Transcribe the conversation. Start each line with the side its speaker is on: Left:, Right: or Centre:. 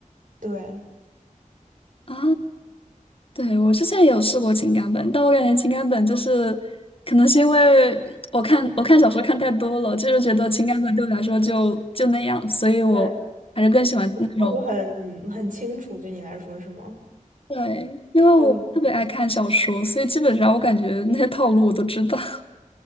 Right: 对，
Left: 啊，对，我之前也有试过情感本，但我感觉情感本就是，可能是因为我看我看小说看太多了，就是觉得情感本对我来说就就那样，所以我还是更喜欢那种，
Right: 嗯，套路很很清楚，对你来说是吗？
Left: 对，因为我特别爱看小说，
Right: 套路，
Left: 所以基本上我感觉那些套路我都知道。<laughs>